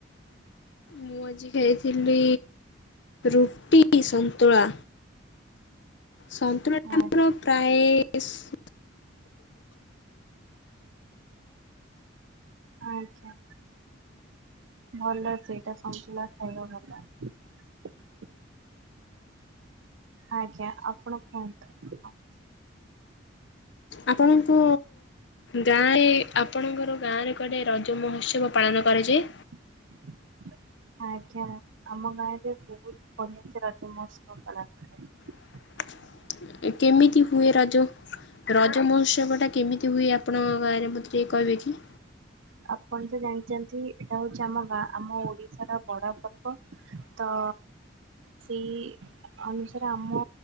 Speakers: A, on the left; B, on the right.
A: ମୁଁ ଆଜି ଖାଇଥିଲି। ରୁଟି ସନ୍ତୁଳା ସନ୍ତୁଳା ଟା ଆମର
B: ଆଜ୍ଞା
A: ପ୍ରାୟେ ସ୍
B: ଆଛା। ଭଲ ସେଇଟା ସନ୍ତୁଲା ଖାଇବା ଭଲ। ଆଜ୍ଞା ଆପଣ କୁହନ୍ତୁ?
A: ଆପଣଙ୍କୁ ଗାଁରେ ଆପଣଙ୍କର ଗାଁରେ କୁଆଡ଼େ ରଜ ମହୋତ୍ସବ ପାଳନ କରାଯାଏ?
B: <unintelligible> ଆଜ୍ଞା ଆମ ଗାଁରେ ବହୁତ ବଢ଼ିଆ ସେ ରଜ ମହୋତ୍ସବ ପାଳନ କରା ଯାଏ।
A: <unintelligible> କେମିତି ହୁଏ ରଜ ରଜ ମହୋତ୍ସବ ଟା କେମିତି ହୁଏ ଆପଣଙ୍କ ଗାଁରେ ମ କିଏ କହିବେ କି?
B: ଆପଣ ତ ଜାଣିଛନ୍ତି ଏଇଟା ହଉଛି ଆମ ଗାଁ ଆମ ଓଡିଶାର ବଡ ପର୍ବ। ତ ସେଇ ଅନୁସାରେ ଆମ